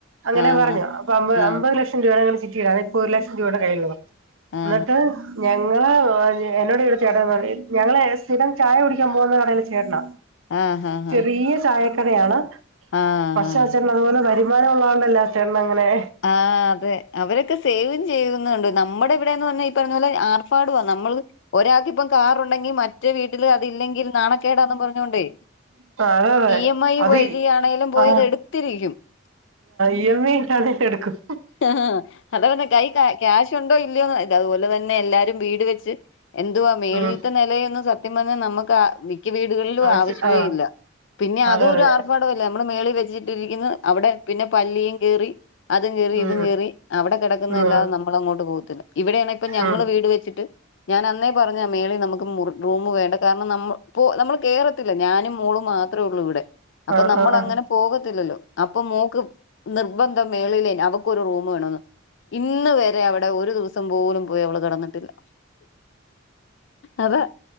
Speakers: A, on the right (about 80°); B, on the left (about 60°).
A: അങ്ങനെ
B: ആഹ്
A: പറഞ്ഞു അ അമ്പ
B: ആഹ്
A: അമ്പത് ലക്ഷം എന്റെവരചിറ്റിട ഇപ്പൊ ഒരു ലക്ഷം രൂപയുടെ കയ്യിൽ ഉള്ളത്എന്നിട്ട്
B: ആഹ്
A: ഞങ്ങള് എന്നോട് വീട് ചേട്ടൻ പറഞ്ഞ് ഞങ്ങ ളെസ്ഥിരം ചായ കുടിക്കാൻ പോകുന്ന കടലെ ചേട്ടനാ
B: ആഹ് ആഹ്
A: ചെറിയ ചായക്കടയാണ്
B: ആഹ്
A: പക്ഷേ അവിടെ ചെന്നഅതുപോലെ വരു വരുമാനം ഉള്ള തൊണ്ട്അല്ലെ ചേട്ടൻ അങ്ങനെ
B: ആഹ് അതെ അവരൊക്കെ സേവ് ചെയ്യുന്നുണ്ട് നമ്മുടെ എവിടെന്ന് പറഞ്ഞാൽഈ പറഞ്ഞ പോല ആർ പാടുവാ നമ്മള് ഒരാൾക്ക് ഇപ്പം കാറുണ്ടെങ്കിൽ മറ്റോ വീട്ടിൽ അതില്ലെങ്കിൽ നാണക്കേടാന്നും പറഞ്ഞോണ്ടേ
A: <unintelligible>
B: ഇ എം ഐ
A: അതെ
B: വഴിയാണേങ്കിലും പോയിത്
A: അത്
B: എടുത്തിരിക്കും
A: ഇ എം ഇട്ടാണെങ്കിലുംഎടുക്കും
B: ആ അതാപറഞ്കൈ ക്യാഷ് ഉണ്ടോ ഇല്ലയോ ഇ അതുപോലെ തന്നെ എല്ലാരും വീട് വെച്ച് എന്തുവാ മേളില്ത്തെ
A: ഉം
B: നിലയൊന്ന് സത്യം പറഞ്ഞാൽ നമുക്ക് എനിക്ക് വീടുകളിലും
A: ആവശ്യ
B: ആവശ്യമോ
A: ആ
B: ഇല്ല പിന്നെ അതും
A: അതെ അതെ
B: ഒരു ആർഭാടമല്ല നമ്മള് മേളിൽ വെച്ചിട്ടിരിക്കുന്നു അവിടെ പിന്നെ പല്ലിയും കേറി അതും കേറി
A: ഉം
B: ഇതും കേറി അവിടെ കിടക്കുന്നതല്ലാതെ
A: ഉം
B: നമ്മ നമ്മള്‌അങ്ങോട്ട് പോകത്തില്ല ഇവിടെയാണ് ഇപ്പൊ ഞങ്ങള്
A: ഉം
B: വീട് വെച്ചിട്ട് ഞാൻ അന്നേ പറഞ്ഞതാ ആ മേളിൽ നമുക്ക് റൂമ് വേണ്ട കാരണം ന ഇപ്പോ നമ്മള് കേറത്തില്ല ഞാനും മോളും മാത്രം ത്രേള്ളൂ ഇവിടെ അപ്പൊ
A: ആ
B: നമ്മൾ
A: ആ ആ
B: അങ്ങനെ പോകത്തില്ലല്ലോ അപ്പൊ മോക്ക് നിർബന്ധ മേളിലേ അവ ഇക്ക്ഒരു റൂം വേണന്ന് ഇന്ന് വരെ അവിടെ ഒരു ദിവസം പോലും പോയി അവള് കിടന്നിട്ടില്ല അതാ